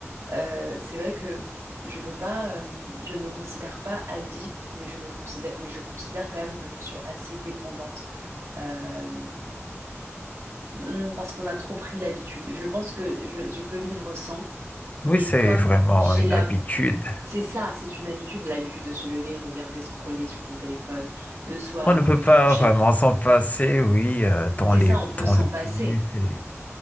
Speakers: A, on the right; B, on the left.
A: euh, c'est vrai que je peux pas, euh, je me considère pas addict, mais je me considère, mais je considère quand même que je suis assez dépendante euh, mm, parce qu'on a trop pris l'habitude. Je pense que je, je peux vivre sans, mais
B: Oui, c'est
A: comme
B: vraiment
A: j'ai
B: une
A: la,
B: habitude.
A: c'est ça, c'est une habitude, l'habitude de se lever, regarder, scroller sur ton téléphone le soir
B: On
A: avant
B: ne peut
A: de
B: pas
A: te coucher.
B: vraiment s'en passer, oui, euh, dans
A: C'est
B: les,
A: ça, on peut
B: dans
A: s'en
B: le
A: passer.
B: bus. et-